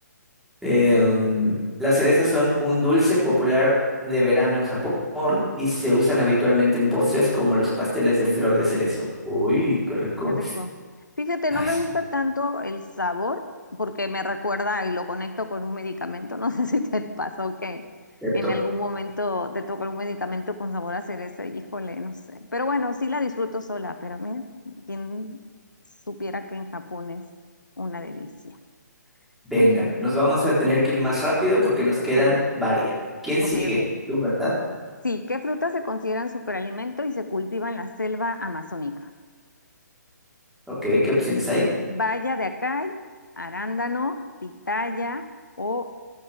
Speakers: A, in the centre; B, on the left (about 80°).
A: Eh, um, las cerezas son un dulce popular de verano en Japón y se usan habitualmente en postres como los pasteles de flor de cerezo. Uy, qué rico.
B: Qué rico. Fíjate,
A: Ay,
B: no me
A: sí,
B: gusta tanto el sabor porque me recuerda y lo conecto con un medicamento. No sé <laughs> si te pasó que
A: perfecto.
B: en algún momento te tocó un medicamento con sabor a cereza, híjole, no sé. Pero bueno, sí la disfruto sola, pero mira, quien supiera que en Japón es una delicia.
A: Venga,
B: Muy bien.
A: nos vamos a tener que ir más rápido porque nos quedan
B: Ok,
A: varias. ¿Quién
B: ok,
A: sigue?
B: ok.
A: Tú, ¿verdad?
B: Sí, ¿qué frutas se consideran superalimento y se cultiva en la selva amazónica?
A: Ok, ¿qué opciones hay?
B: Baya de acai, arándano, pitaya o